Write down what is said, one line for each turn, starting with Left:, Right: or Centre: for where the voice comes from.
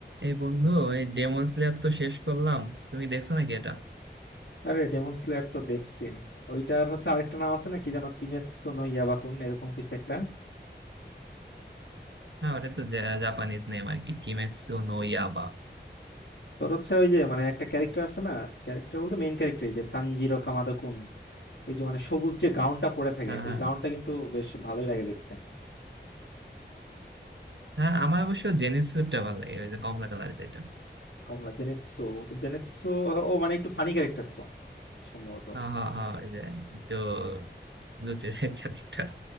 Right: এই বন্ধু এই ডেমন স্লেয়ার তো শেষ করলাম তুমি দেখছো নাকি এটা
Left: আরে demon Slayer তো দেখছি ওইটার হচ্ছে আরেকটা নাম আছে না কি যেন কিমেৎসু নো ইয়াবাকুন এরকম কিছু একটা
Right: হ্যাঁ ওটা তো জা- জাপানিজ নেম আর কি কিমেৎসু নো ইয়াইবা
Left: তোর হচ্ছে ওই যে মানে একটা ক্যারেক্টার আছে না ক্যারেক্টার বলতে মেইন ক্যারেক্টার এই যে তানজিরো কামাদা-কুন ওই যে মানে সবুজ যে গাউনটা পরে থাকে
Right: হ্যাঁ
Left: ওই
Right: হ্যাঁ
Left: গাউনটা কিন্তু বেশ ভালোই লাগে দেখতে
Right: হ্যাঁ আমার অবশ্য জেনিসুটা ভালো লাগে ওই যে কমলা কালার যেটা
Left: কমলা জেনেৎসু জেনেৎসু ও মানে একটু ফানি ক্যারেক্টার তো সম্ভবত
Right: হ্যাঁ হ্যাঁ হ্যাঁ ওই যে একটু লুচের ক্যারেক্টার